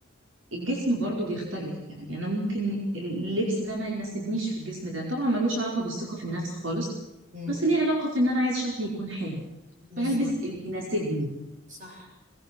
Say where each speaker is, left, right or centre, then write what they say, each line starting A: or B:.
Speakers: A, on the right; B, on the right.
A: الجسم برضو بيختلف يعني انا ممكن اللبس ده ما يناسبنيش في الجسم ده طبعا ملوش علاقة بالثقة في النفس خالص
B: أمم.
A: بس ليه علاقة في ان انا عايز شكلي يكون حلو
B: بالظبط
A: فهلبس اللي يناسبني
B: صح